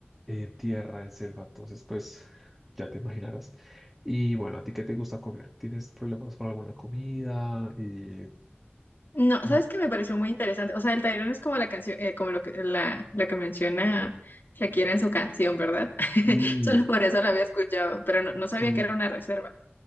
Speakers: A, in the centre; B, on the left (about 60°).
A: en tierra, en selva, entonces pues ya te imaginarás. Y bueno, ¿a ti qué te gusta comer? ¿Tienes problemas con alguna comida? Eh,
B: No,
A: no.
B: ¿sabes qué me pareció muy interesante? O sea, el Tayrona es como la canción, eh, como lo que, la, la que menciona Shakira en su canción, ¿verdad? <laughs>
A: Sí,
B: Solo por eso la había escuchado, pero no, no sabía
A: sí,
B: que era una reserva.